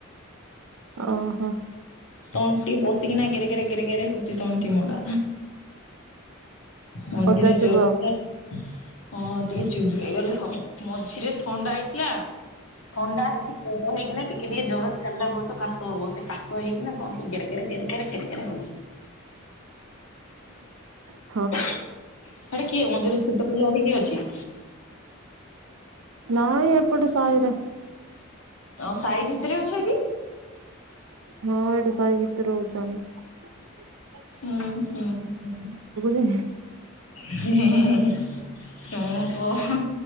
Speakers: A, on the right; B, on the left.
A: ଓହୋ।
B: ତଣ୍ଟି ବସିକିନା ଗେରେ ଗେରେ ଗେରେ ଗେରେ ହଉଛି ତଣ୍ଟି ମୋ ଟା। ମଝିରେ
A: ଅଦା ଚୁବ
B: ଜର ତ ହଁ ଟିକେ ଚୁବେଇ ଗଲେ ହବ। ମଝିରେ ଥଣ୍ଡା ହେଇଥିଲା। ଥଣ୍ଡା ହେଇକି ଜର ହେଇକିନା ଟିକେ ଟିକେ ଜରଛାଡି଼ଲା ପର୍ଯ୍ୟନ୍ତ କାଶ ହବ। ସେ କାଶ ଶୋଇକିନା ତଣ୍ଟି ଗେରେ ଗେରେ ଗେରେ ଗେରେ ଗେରେ ଗେରେ ହଉଛି।
A: ହ
B: ସେଟା କିଏ ମଝିରେ ଛୋଟ ପିଲା ଗୋଟେ କିିଏ ଅଛି?
A: ନାଇଁ ଏପଟେ ସାଇରେ।
B: ଆଉ ସାହି ଭିତରେ ଅଛ କି?
A: ହଁ ଏଇଠି ସାଇ ଭିତରେ ରହୁନ୍ତିଛ।
B: ଉଁ ହୁଁ ହେଁ
A: ଯେ
B: ହେଁ ହେଁ। ସୁଣୁ ପୁଅ।